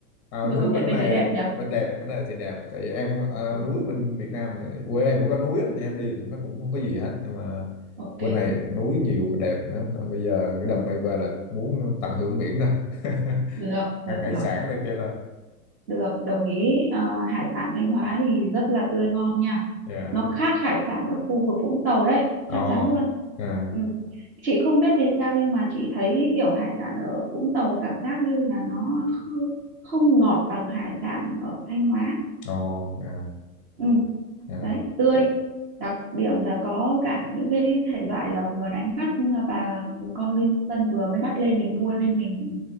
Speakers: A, on the left (about 30°); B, on the right (about 20°).
A: À,
B: nhưng mà
A: núi
B: công
A: bên
B: nhận bên
A: này
B: đấy đẹp nhỉ
A: bên đẹp bên này thì đẹp tại vì em à,
B: ừ.
A: núi bên Việt Nam này, quê em cũng có núi á, nhưng em đi thì nó cũng không có gì hết nhưng mà
B: ok
A: bên này núi nhiều đẹp nữa nên bây giờ cái
B: ừ.
A: đợt này về là muốn tận hưởng biển đó <laughs>
B: được được
A: ăn hải
B: được
A: sản này kia đó
B: được đồng ý Ờ, hải sản Thanh Hóa thì rất là tươi ngon nha
A: yeah
B: nó khác hải sản ở khu vực Vũng Tàu đấy
A: oh
B: chắc chắn luôn
A: yeah
B: ừ. chị không biết vì sao nhưng mà chị thấy kiểu hải sản ở Vũng Tàu cảm giác như là nó kh- không ngọt bằng hải sản ở Thanh Hóa
A: oh yeah
B: ừ.
A: yeah
B: đấy tươi đặc điểm là có cả những cái thể loại là vừa đánh bắt và con ngư dân vừa mới bắt lên mình mua lên mình